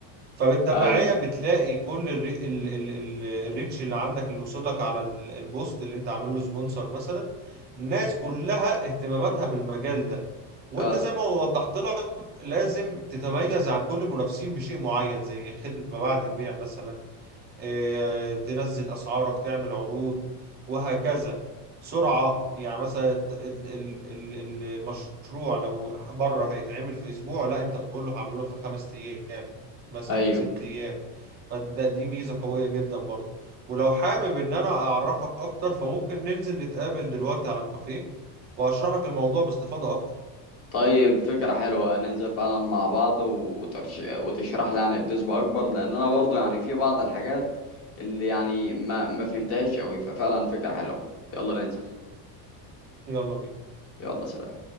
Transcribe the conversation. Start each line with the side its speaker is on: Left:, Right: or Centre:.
Right: فبالتبعية
Left: أيوه
Right: بتلاقي كل الري... ال... ال... ال... الريتش اللي عندك اللي وصل لك على ال- البوست اللي انت عامل له سبونسر مثلا الناس كلها اهتماماتها بالمجال ده
Left: فعلا
Right: وانت زي ما وضحت لك لازم تتميز عن كل المنافسين بشيء معين زي خدمة ما بعد البيع مثلا إيه، تنزل اسعارك تعمل عروض وهكذا سرعة يعني مثلا الت- ال- ال- ال- المشروع لو بره هيتعمل في اسبوع لا انت قول له هعمله لك في خمس ايام مثلا
Left: أيوه
Right: ست ايام فده دي ميزة قوية جدا برضه ولو حابب ان انا اعرفك اكتر فممكن ننزل نتقابل دلوقتي على الكافيه وهشرح لك الموضوع باستفاضة اكتر
Left: طيب فكرة حلوة ننزل فعلا مع بعض وترش... وتشرح لي يعني بنسبة أكبر لأن أنا برضو يعني في بعض الحاجات اللي يعني ما ما فهمتهاش أوي ففعلا فكرة حلوة يلا ننزل
Right: يلا بينا
Left: يلا سلام